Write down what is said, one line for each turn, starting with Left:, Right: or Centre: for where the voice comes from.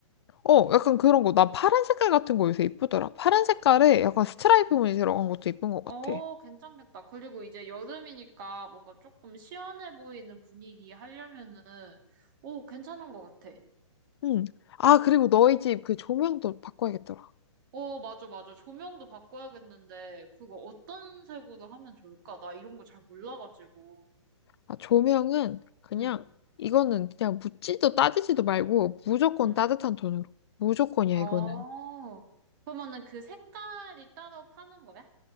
Left: 어, 약간 그런 거. 나 파란 색깔 같은 거 요새 이쁘더라. 파란 색깔에 약간 스트라이프 무늬 들어간 것도 이쁜 것 같아.
Right: 어, 괜찮겠다. 그리고 이제 여름이니까 뭔가 조금 시원해 보이는 분위기 하려면은, 오, 괜찮은 것 같아.
Left: 응. 아, 그리고 너희 집 그 조명도 바꿔야겠더라.
Right: 어, 맞아, 맞아. 조명도 바꿔야겠는데, 그거 어떤 색으로 하면 좋을까? 나 이런 거 잘 몰라가지고.
Left: 아, 조명은 그냥
Right: 응,
Left: 이거는 그냥 묻지도 따지지도 말고 무조건
Right: 응.
Left: 따뜻한 톤으로. 무조건이야,
Right: 어,
Left: 이거는.
Right: 그러면은 그 색깔이 따로 파는 거야?